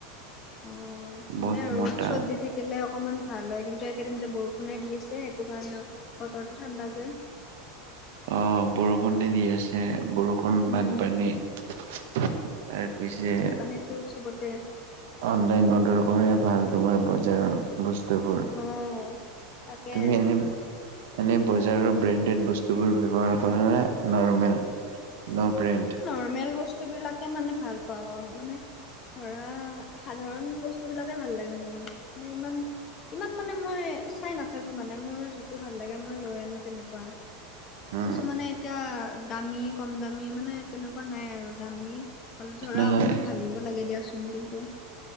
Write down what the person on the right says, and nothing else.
বহুত
মোটা
অঁ, বৰষুণে দি আছে। বৰ ষুণ
বানপানী তাৰপিছে
অনলাইন অৰ্ডাৰ কৰাই ভাল। তোমাৰ বজাৰত বস্তুবোৰ।
তুমি এনে এনে বজাৰৰ ব্ৰেণ্ডেড বস্তুবোৰ ব্যৱহাৰ কৰা নে নৰ্মেল? No brand.
উম
নহয়